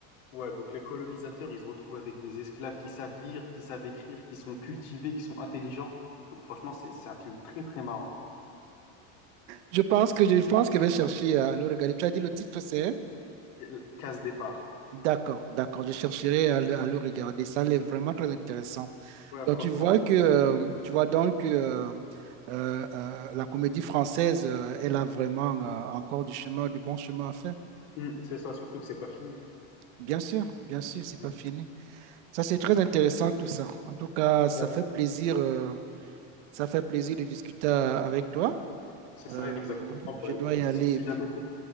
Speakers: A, on the left; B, on the right.
A: ouais, donc les colonisateurs, ils se retrouvent avec des esclaves qui savent lire, qui savent écrire, qui sont cultivés, qui sont intelligents. Donc franchement, c'est, c'est un film très, très marrant.
B: Je pense que je pense que je vais chercher à le regarder. Tu as dit le titre, c'est?
A: Et, euh, Casse départ.
B: D'accord, d'accord. Je chercherai à le, à le regarder. Ça elle vraiment très intéressant.
A: Ouais,
B: Donc
A: franchement,
B: tu vois
A: je
B: que
A: te
B: euh, tu vois donc que euh, euh, euh, la comédie française, euh, elle a vraiment euh, encore du chemin, du bon chemin à faire.
A: Mm, c'est ça, surtout que c'est pas fini.
B: Bien sûr, bien sûr, c'est pas
A: Mm.
B: fini. Ça, c'est très intéressant tout ça. En tout cas, ça
A: Ouais.
B: fait plaisir, euh, ça fait plaisir de discuter euh, avec toi.
A: C'est ça
B: Euh,
A: exactement.
B: je
A: Bah
B: dois
A: écoute,
B: y
A: si,
B: aller
A: si
B: et puis.
A: jamais t'as-